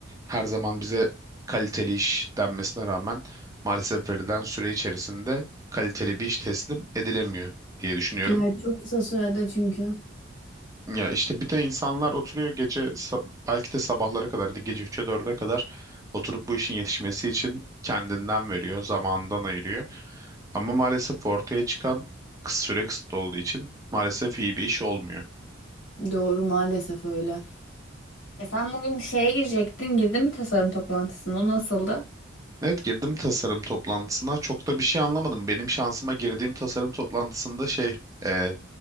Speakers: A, on the right (about 15°); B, on the left (about 70°).
A: her zaman bize kaliteli iş denmesine rağmen maalesef verilen süre içerisinde kaliteli bir iş teslim edilemiyor diye düşünüyorum.
B: Evet çok kısa sürede çünkü.
A: Ya işte bir de insanlar oturuyor gece sa- belki de sabahlara kadar ya gece 3'e dörde kadar oturup bu işin yetişmesi için kendinden veriyor, zamandan ayırıyor. Ama maalesef ortaya çıkan kıs- süre kısıtlı olduğu için maalesef iyi bir iş olmuyor.
B: Doğru maalesef öyle. E sen bugün şeye girecektin, girdin mi tasarım toplantısına? O nasıldı?
A: Evet girdim tasarım toplantısına çok da bir şey anlamadım. Benim şansıma girdiğim tasarım toplantısında şey e,